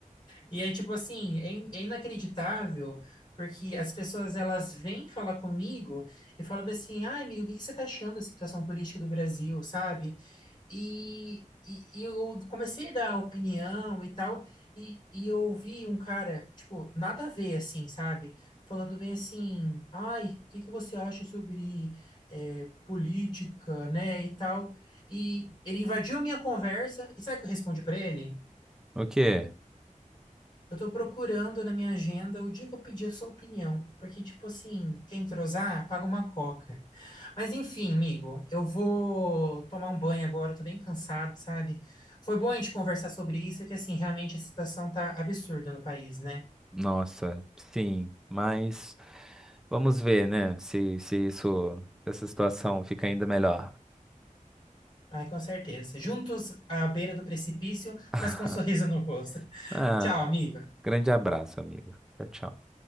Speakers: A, on the left; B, in the centre.
A: E é tipo assim, é, in- é inacreditável, porque as pessoas elas vêm falar comigo e falam bem assim, ai, amigo, o que que você tá achando da situação política do Brasil, sabe? E, e, e eu comecei a dar opinião e tal, e, e eu ouvi um cara, tipo, nada a ver, assim, sabe? Falando bem assim, ai, o que que você acha sobre eh, política, né, e tal. E ele invadiu a minha conversa, e sabe o que eu respondi para ele?
B: O quê?
A: Eu tô procurando na minha agenda o dia que eu pedi a sua opinião. Porque, tipo assim, quem entrosar, paga uma coca. Mas enfim, amigo, eu vou tomar um banho agora, eu tô bem cansado, sabe? Foi bom a gente conversar sobre isso, é que assim, realmente a situação tá absurda no país, né?
B: Nossa, sim, mas vamos ver, né? Se, se isso, se essa situação fica ainda melhor.
A: Ai, com certeza. Juntos à beira do precipício,
B: <laughs>
A: mas com um <laughs> sorriso no rosto. <laughs>
B: Ah,
A: Tchau, amigo.
B: grande abraço, amigo. Tchau, tchau.